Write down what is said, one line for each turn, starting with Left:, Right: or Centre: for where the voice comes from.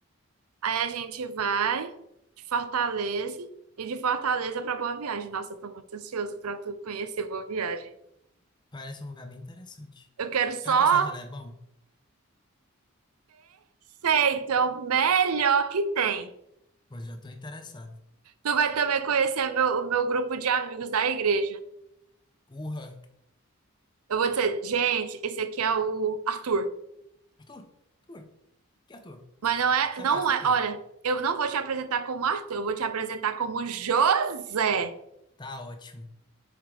Right: Aí a gente vai de Fortaleza e de Fortaleza pra Boa Viagem. Nossa, eu tô muito ansioso pra tu conhecer Boa Viagem.
Left: Parece um lugar bem interessante.
Right: Eu quero só
Left: Será que o açaí de lá é bom?
Right: feito, é o melhor que tem.
Left: Pois já tô interessado.
Right: Tu vai também conhecer meu- o meu grupo de amigos da igreja.
Left: Urra.
Right: Eu vou dizer, gente, esse aqui é o Arthur.
Left: Arthur? Arthur? Que Arthur?
Right: Mas não é,
Left: Sabe
Right: não
Left: qual é só
Right: é,
Left: Arthur?
Right: olha, eu não vou te apresentar como Arthur, eu vou te apresentar como José.
Left: Tá ótimo.